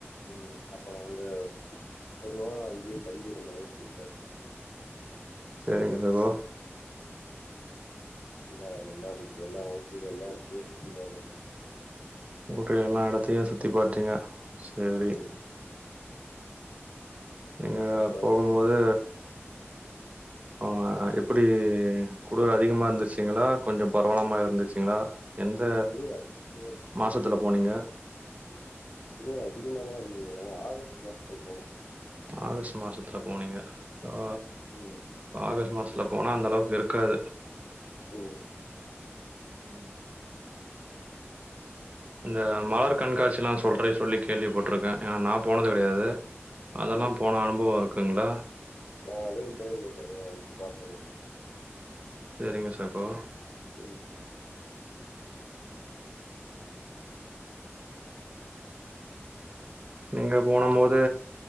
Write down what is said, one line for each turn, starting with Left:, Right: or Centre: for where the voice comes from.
Left: ம் அப்பற வந்து ஒரு வார அங்கயே தங்கிருந்தோ ஊட்டில
Right: சேரிங்க சகோ
Left: ட்டில நல்லாருந்தது எல்லா ஊட்டில எல்லா எடத்தையு சுத்தி பாக்க
Right: ஓகே எல்லா எடத்தயு சுத்தி பாத்ட்டீங்க சேரி
Left: ம்
Right: நீங்க
Left: அப்புறோ
Right: போகும்போது ஆ எப்டி குளிர் அதிகமா இருந்துச்சுங்களா கொஞ்ச பரவால்லாம இருந்துச்சுங்களா எந்த
Left: குளிர் அதிக-
Right: மாசத்துல போனீங்க
Left: குளிரு அதிகமா தா இருந்தது ஏனா ஆகஸ்ட் மாசத்துல போனோ
Right: ஆகஸ்ட் மாசத்துல போனீங்க ஆ
Left: ம்
Right: இப்ப ஆகஸ்ட் மாசத்துல போனா அந்த அளவுக்கு இருக்காது
Left: ம்
Right: ம் இந்த மலர் கண்காட்சிலா சொல்றே சொல்லி கேள்வி பட்ருக்கே ஏனா நா போனதே கெடையாது அதெல்லா
Left: ம்
Right: போன அனுபவ இருக்குங்ளா
Left: நா அதுவு போயிருக்க சகோ அது போய் பாத்
Right: சேரிங்க சகோ
Left: ம்
Right: நீங்க போனம்போது